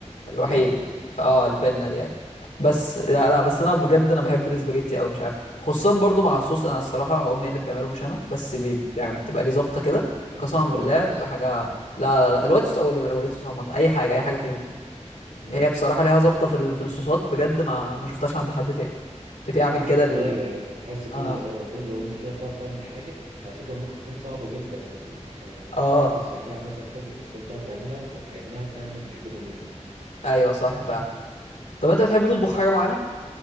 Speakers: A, on the right; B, on the left.
A: البندي
B: الوحيده
A: اه
B: فاه البنه
A: آه.
B: دي اهي بس
A: ايوه
B: لا لا بس انا بجد انا بحب الاسباجيتي قوي مش عارف خصوصا برضو مع الصوص انا الصراحه امي هي اللي بتعمله مش انا بس بي- بتاع-
A: مم.
B: بتبقى ليه ظابطه كده
A: ال-
B: قسما بالله
A: الوايت صوص
B: بيبقى حاجه لا لا لا الوايت صوص او الر- أو الريد صوص عامه اي حاجه اي حاجه فيهم
A: مم.
B: هي بصراحه ليها ظابطه في ال- في الصوصات بجد ما ما شفتهاش عند حد تاني بتعمل كده
A: والله
B: ال...
A: تحس كل
B: اه
A: اه كل ام كده بتعرف تعمل حاجه على فكره ممكن تكون صعبه جدا و... او
B: اه
A: الناس شايفاها مثلا كذا بس هي بتعرف تعملها وكانها بتعمل يعني بيض اومليت
B: ايوه صح فعلا طب انت بتحب تطبخ حاجه معينه